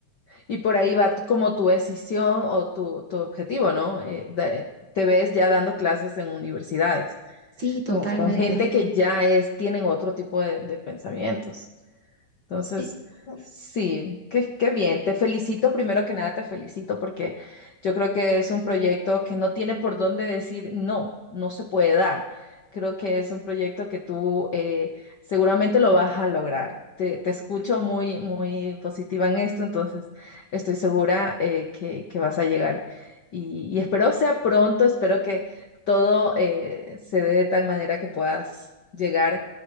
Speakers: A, on the left; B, on the right.
A: y por ahí va como tu decisión o tu, tu objetivo, ¿no? Eh, de- te ves ya dando clases en universidades
B: Sí, totalmente.
A: con, con gente que ya es, tienen otro tipo de de pensamientos. Entonces,
B: Sí.
A: sí, qué, qué bien. Te felicito, primero que nada te felicito porque yo creo que es un proyecto que no tiene por dónde decir no, no se puede dar. Creo que es un proyecto que tú eh, seguramente lo vas a lograr. Te, te escucho muy, muy positiva en esto, entonces estoy segura eh, que, que vas a llegar. Y, y espero sea pronto, espero que todo eh, se dé de tal manera que puedas llegar